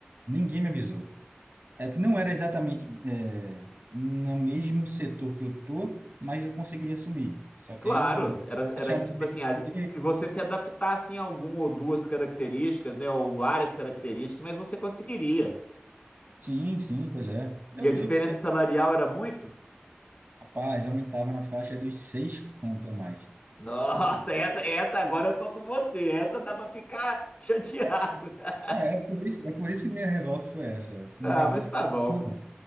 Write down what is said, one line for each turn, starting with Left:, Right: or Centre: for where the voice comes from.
Right: Ninguém me avisou. É porque não era exatamente é, no mesmo setor que eu tô, mas eu conseguiria assumir. Só que
Left: Claro,
Right: aí não
Left: era, era
Right: acharam
Left: tipo
Right: comigo.
Left: assim, as-
Right: direito,
Left: se você
Right: tá?
Left: se adaptasse em algum ou duas características, né, ou várias características, mas você conseguiria.
Right: Sim, sim, pois é. Eu,
Left: E a diferença
Right: eu,
Left: salarial era muito?
Right: rapaz, aumentava na faixa dos seis conto a mais.
Left: <laughs> Nossa, essa, essa agora eu tô com você. Essa dá pra ficar chateado. <laughs>
Right: É, é por isso, é por isso que minha revolta foi essa. Minha
Left: Ah,
Right: revolta
Left: mas tá bom.
Right: foi.